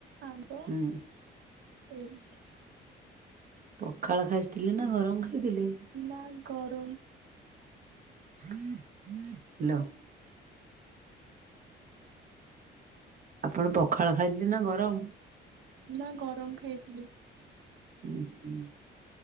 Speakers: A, on the right; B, on the right.
A: ଆମ୍ବ
B: ହୁଁ
A: ସେମତି
B: ପଖାଳ ଖାଇଥିଲେ ନା ଗରମ ଖାଇଥିଲେ?
A: ନା ଗରମ?
B: ହ୍ୟାଲୋ। ଆପଣ ପଖାଳ ଖାଇଥିଲେ ନା ଗରମ?
A: ନା ଗରମ ଖାଇଥିଲି।
B: ହୁଁ ହୁଁ